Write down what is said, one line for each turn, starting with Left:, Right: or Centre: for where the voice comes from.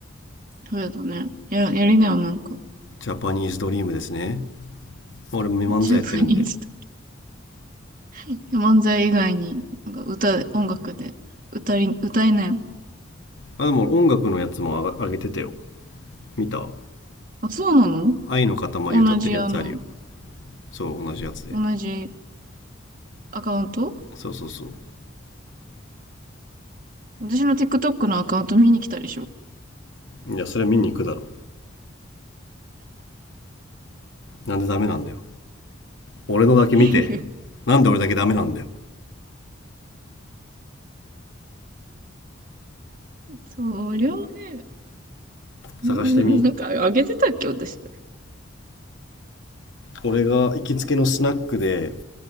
Right: そうだね。や、やりなよ、なんか。
Left: ジャパニーズドリームですね俺漫才やってるんで。
Right: ジャパニーズとか。いや漫才以外に、なんか歌、音楽で、歌い、歌いなよ。
Left: あ、でも音楽のやつもあ上げてたよ。見た
Right: あ、そうなの
Left: 愛の塊歌ってるやつあるよ。
Right: 同じ、あの、
Left: そう、同じやつで。
Right: 同じアカウント
Left: そうそうそ
Right: 私の TikTok のアカウント見に来たでしょ。
Left: う。いや、それ見に行くだろ。なんでダメなんだよ。俺のだけ見て。
Right: <laughs>
Left: なんで俺だけダメなんだよ。
Right: そりゃあね、
Left: 探してみ。
Right: なんかあげてたっけ、私。
Left: 俺が行きつけのスナックで